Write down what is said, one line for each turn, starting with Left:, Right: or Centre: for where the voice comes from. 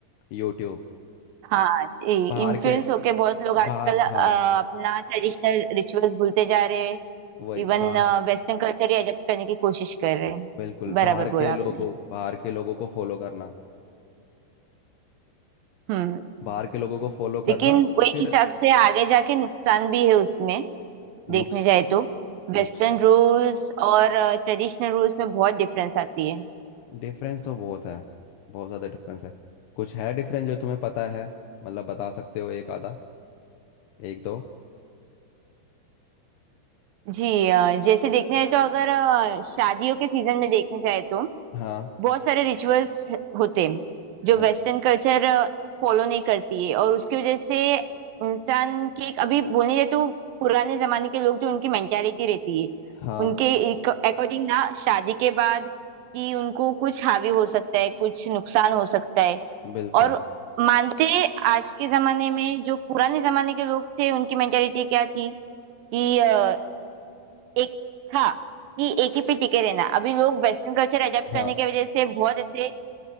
Left: यूट्यूब
Right: हाँ जी
Left: बाहर
Right: इन्फ्लुएंस
Left: के
Right: होके बहुत लोग आजकल
Left: बा
Right: अ,
Left: हाँ
Right: अपना ट्रेडिशनल रिचुअल्स भूलते जा रहे हैं
Left: वही
Right: इवन
Left: बा
Right: वेस्टर्न कल्चर ही अडॉप्ट करने की कोशिश कर रहे हैं
Left: बिल्कुल
Right: बराबर
Left: बाहर के
Right: बोला
Left: लोगों
Right: आपने
Left: बाहर के लोगों को फॉलो करना
Right: हम्म
Left: बाहर के लोगों को फॉलो करना
Right: लेकिन वो एक
Left: फिर
Right: हिसाब से आगे जाके नुकसान भी है उसमें देखने
Left: नुक्स
Right: जाए तो वेस्टर्न
Left: नुक्स
Right: रूल्स और ट्रेडिशनल रूल्स में बहुत डिफरेंस आती है
Left: डिफरेंस तो बहुत है बहुत ज़्यादा डिफरेंस है कुछ है डिफरेंस जो तुम्हें पता है मतलब बता सकते हो एक आधा एक दो
Right: जी अ, जैसे देखने जाए तो अगर अ, शादियों के सीजन में देखने जाए तो
Left: हाँ
Right: बहुत सारे रिचुअल्स होते हैं जो
Left: अच्छा
Right: वेस्टर्न कल्चर फॉलो नहीं करती है और उसकी वजह से इंसान की एक अभी बोलने जाए तो पुराने जमाने के लोग जो उनकी मेंटालिटी रहती है
Left: हाँ
Right: उनके अकॉर्डिंग ना शादी के बाद कि उनको कुछ हावी हो सकता है कुछ नुकसान हो सकता है
Left: बिल्कुल
Right: और मानते हैं, आज के जमाने में जो पुराने जमाने के लोग थे उनकी मेंटेलिटी क्या थी कि अ, एक था कि एक ही पे टिके रहना अभी लोग वेस्टर्न कल्चर अडेप्ट
Left: हाँ
Right: करने की वजह से बहुत ऐसे